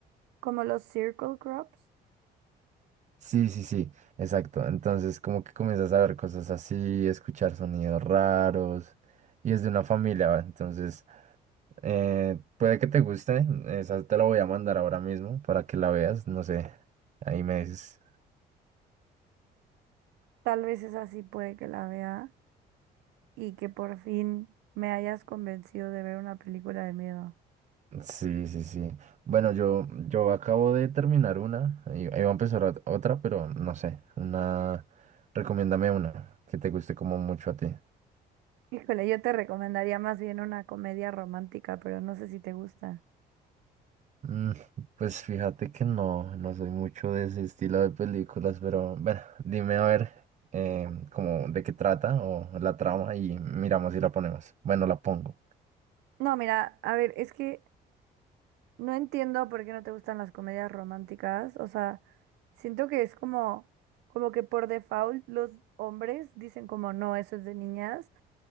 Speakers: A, on the right; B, on the right.
A: como los Circle Crops,
B: Sí, sí, sí, exacto. Entonces como que comienzas a ver cosas así, escuchar sonidos raros y es de una familia, ¿va? entonces Eh, puede que te guste, esa te la voy a mandar ahora mismo para que la veas, no sé, ahí me dices.
A: tal vez esa sí puede que la vea. y que por fin me hayas convencido de ver una película de miedo.
B: Sí, sí, sí. Bueno, yo, yo acabo de terminar una, y- iba a empezar ot- otra, pero no sé, una, recomiéndame una que te guste como mucho a ti.
A: Híjole, yo te recomendaría más bien una comedia romántica, pero no sé si te gusta.
B: Mm, pues fíjate que no, no soy mucho de ese estilo de películas, pero bueno, dime a ver eh, como de qué trata o la trama y miramos si la ponemos. Bueno, la pongo.
A: No, mira, a ver, es que no entiendo por qué no te gustan las comedias románticas. O sea, siento que es como, como que por default los hombres dicen como no, eso es de niñas.